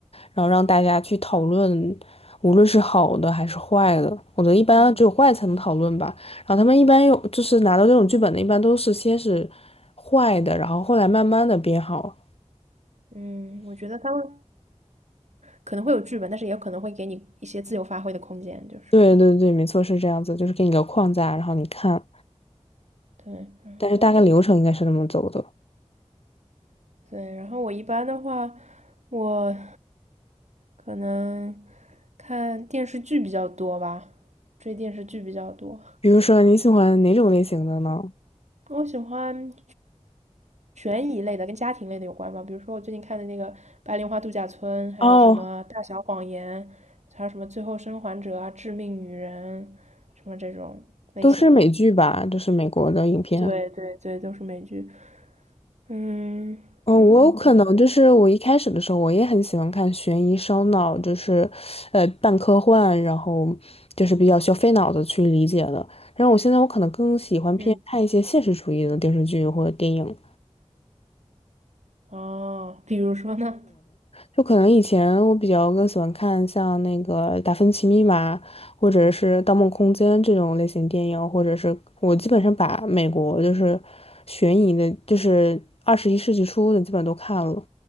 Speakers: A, on the left; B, on the right.
A: 然后让大家去讨论，无论是好的还是坏的。我觉得一般只有坏才能讨论吧。
B: 嗯
A: 然后他们一般有就是拿到这种剧本的，一般都是先是坏的，然后后来慢慢的变好。
B: 嗯，我觉得他们可能会有剧本，但是也有可能会给你一些自由发挥的空间，就是
A: 对对对，没错，是这样子，就是给你个框架，然后你看，
B: 对，然后
A: 但是大概流程应该是那么走的。
B: 对，然后我一般的话，我。可能看电视剧比较多吧，追电视剧比较多。
A: 比如说你喜欢哪种类型的呢？
B: 我喜欢悬疑类的，跟家庭类的有关吧，比如说我最近看的那个《白莲花度假村》，还有什么《大小谎言》，
A: 哦，
B: 还有什么《最后生还者》啊，《致命女人》，什么这种类型的。
A: 都是美剧吧，就是美国的影片。
B: 对对对，都是美剧。嗯，
A: 嗯，
B: 然后呢？
A: 我有可能就是我一开始的时候，我也很喜欢看悬疑烧脑，就是，呃，半科幻，然后就是比较需要费脑子去理解的。但是我现在我可能更喜欢偏看一些现实主义的电视剧或者电影，
B: 嗯，哦，比如说呢？
A: 就可能以前我比较更喜欢看像那个《达芬奇密码》或者是《盗梦空间》这种类型电影，或者是我基本上把美国就是悬疑的，就是二十一世纪初的基本都看了。